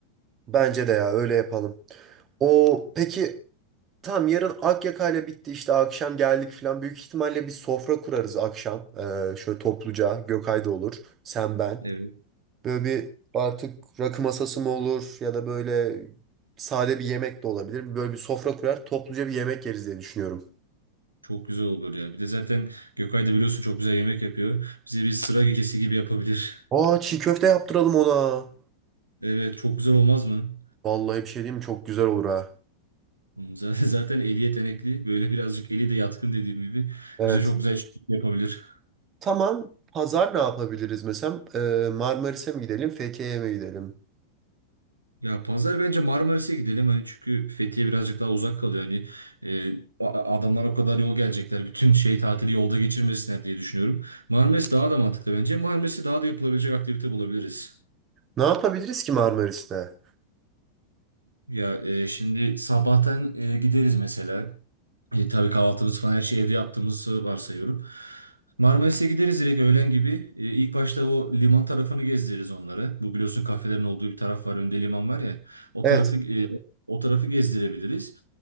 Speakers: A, on the right (about 25°); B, on the right (about 80°).
A: Bence de ya öyle yapalım. O peki tam yarın Akyaka'yla bitti işte akşam geldik falan. Büyük ihtimalle bir sofra kurarız akşam. Ee, şöyle topluca Gökay da olur. Sen ben.
B: Evet.
A: Böyle bir artık rakı masası mı olur ya da böyle sade bir yemek de olabilir. Böyle bir sofra kurar topluca bir yemek yeriz diye düşünüyorum.
B: Çok güzel olur ya. Bir de zaten Gökay da biliyorsun çok güzel yemek yapıyor. Bize bir sıra gecesi gibi yapabilir. <laughs>
A: Aa çiğ köfte yaptıralım ona.
B: Evet, çok güzel olmaz mı?
A: Vallahi bir şey diyeyim mi? Çok güzel olur ha.
B: Zaten <laughs> zaten eli yetenekli. Böyle birazcık eli de yatkın dediğim gibi.
A: Evet.
B: Bize çok güzel şey yapabilir.
A: Tamam. Pazar ne yapabiliriz mesela? Ee, Marmaris'e mi gidelim, Fethiye'ye mi gidelim?
B: Ya pazar bence Marmaris'e gidelim hani çünkü Fethiye birazcık daha uzak kalıyor hani e, a- adamlar o kadar yol gelecekler bütün şey tatili yolda geçirmesinler diye düşünüyorum. Marmaris daha da mantıklı bence Marmaris'e daha da yapılabilecek aktivite bulabiliriz.
A: Ne yapabiliriz ki Marmaris'te?
B: Ya e, şimdi sabahtan e, gideriz mesela E, tabii kahvaltımız falan her şeyi evde yaptığımızı varsayıyorum. Marmaris'e gideriz direkt öğlen gibi. E, ilk başta o liman tarafını gezdiririz onları. Bu biliyorsun kafelerin olduğu bir taraf var. Önde liman var ya. O
A: Evet.
B: tarafı e, o tarafı gezdirebiliriz.